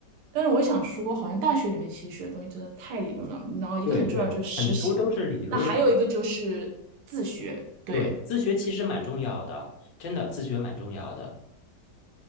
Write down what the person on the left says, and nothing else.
对对，很多都是理论的。
对，自学其实蛮重要的，真的，自学蛮重要的。